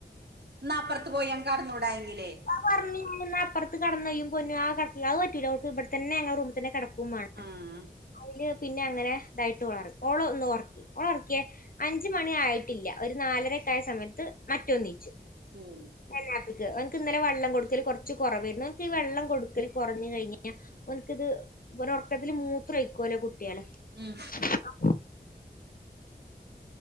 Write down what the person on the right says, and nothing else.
ന്നാ അപ്പർത്ത് പോയിയാൻണ്ട് കെട്ന്നൂടായിര്ന്നില്ലേ
ആഹ്
ഉം
ഉം